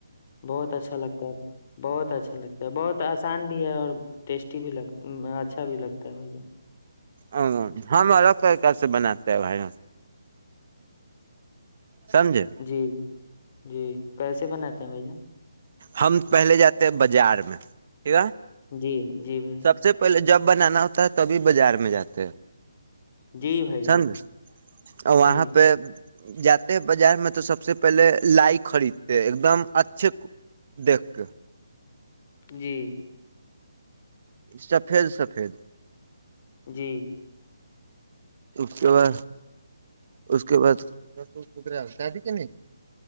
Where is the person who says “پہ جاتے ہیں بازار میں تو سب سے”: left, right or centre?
Right